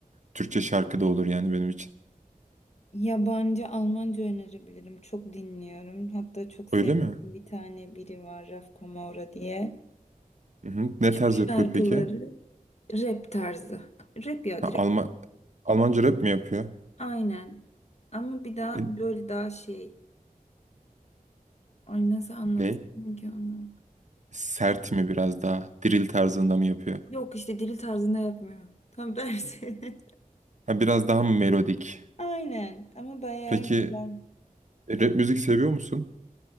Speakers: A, on the right; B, on the left.
A: Türkçe şarkı da olur yani benim için.
B: Yabancı Almanca önerebilirim. Çok dinliyorum. Hatta çok sevdiğim
A: Öyle mi?
B: bir tane biri var Raf Kamora diye.
A: Hı hı. Ne
B: Türk
A: tarz yapıyor
B: şarkıları
A: peki?
B: rap tarzı. Rap ya
A: Ha,
B: direkt.
A: Alman Almanca rap mi yapıyor?
B: Aynen. Ama bir daha
A: E,
B: böyle daha şey. Ay nasıl anlatayım
A: ne?
B: ki onu?
A: Sert mi biraz daha? Drill tarzında mı yapıyor?
B: Yok işte dili tarzında yapmıyor. Tam tersi. <laughs>
A: Ha, biraz daha mı melodik?
B: Aynen ama bayağı
A: Peki
B: güzel.
A: e, rap müzik seviyor musun?